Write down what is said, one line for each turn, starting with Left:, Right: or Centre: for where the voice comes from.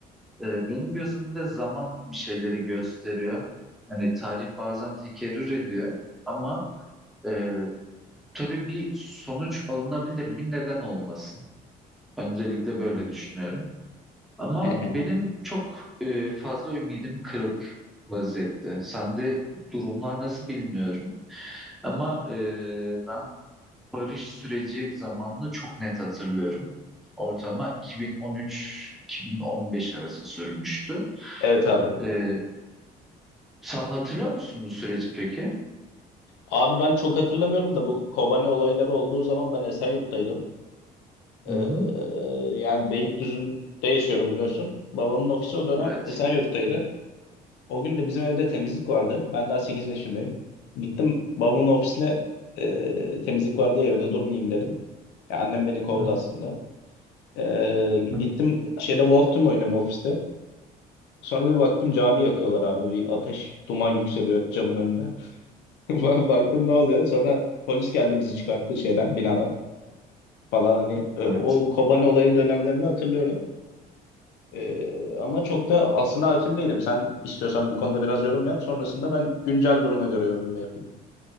Centre: E, benim gözümde zaman bir şeyleri gösteriyor. Hani tarih bazen tekerrür ediyor ama e, tabii bir sonuç alınabilir mi? Neden olmasın? Öncelikle böyle düşünüyorum. Ama
Left: <laughs>
Centre: benim çok e, fazla ümidim kırık vaziyette. Sende durumlar nasıl bilmiyorum. Ama e, barış süreci zamanını çok net hatırlıyorum. Ortama 2013-2015 arası sürmüştü.
Left: Evet abi.
Centre: Ee, sen hatırlıyor musun bu süreci peki?
Left: Abi ben çok hatırlamıyorum da bu Kobane olayları olduğu zaman ben Esenyurt'taydım. Ee,
Centre: Hı hı.
Left: yani Beylikdüzü'nde yaşıyorum biliyorsun. Babamın ofisi o dönem
Centre: Evet.
Left: Esenyurt'taydı. O gün de bizim evde temizlik vardı. Ben daha 8 yaşındayım. Gittim babamın ofisine e, temizlik var diye evde durmayayım dedim. Ya annem beni kovdu
Centre: Hı
Left: aslında. Ee, gittim
Centre: hı.
Left: şeyde Wolf Team oynuyorum ofiste. Sonra bir baktım cami yakıyorlar abi. Bir ateş, duman yükseliyor camın önünde. <laughs> Baktım ne oluyor? Sonra polis geldi bizi çıkarttı şeyden, binadan falan. Hani e,
Centre: Evet.
Left: o Kobani olayı dönemlerini hatırlıyorum. Ee, ama çok da aslında hakim değilim. Sen istiyorsan bu konuda biraz yorum yap. Sonrasında ben güncel duruma göre yorumumu yapayım.